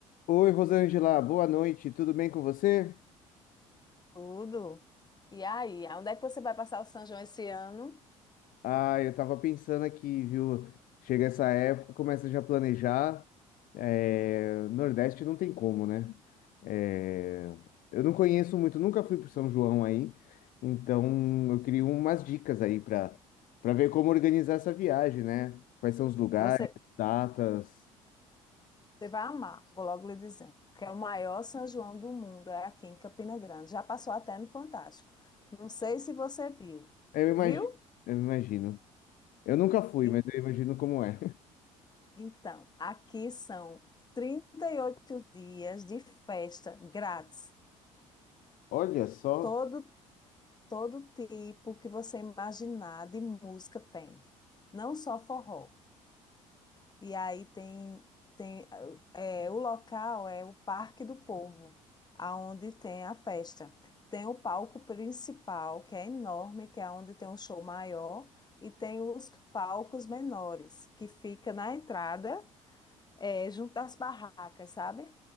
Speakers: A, on the left; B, on the left.
A: Oi, Rosângela, boa noite, tudo bem com você?
B: Tudo. E aí, onde é que você vai passar o São João esse ano?
A: Ah, eu tava pensando aqui, viu? Chega essa época, começa já a planejar. É, Nordeste não tem como, né? É, Eu não conheço muito, nunca fui pro São João aí, então eu queria umas dicas aí pra para ver como organizar essa viagem, né? Quais são os lugares,
B: Você,
A: datas.
B: você vai amar, vou logo lhe dizendo. Que é o maior São João do mundo, é aqui em Campina Grande. Já passou até no Fantástico. Não sei se você viu.
A: Eu imagino,
B: Viu?
A: eu imagino. Eu nunca fui,
B: En-
A: mas eu imagino como é.
B: Então, aqui são 38 dias de festa grátis.
A: <laughs> Olha só.
B: Todo, todo tipo que você imaginar de música tem. Não só forró. E aí tem, tem é, o local é o Parque do Povo, aonde tem a festa. Tem o palco principal, que é enorme, que é onde tem um show maior, e tem os palcos menores, que fica na entrada, é, junto às barracas, sabe?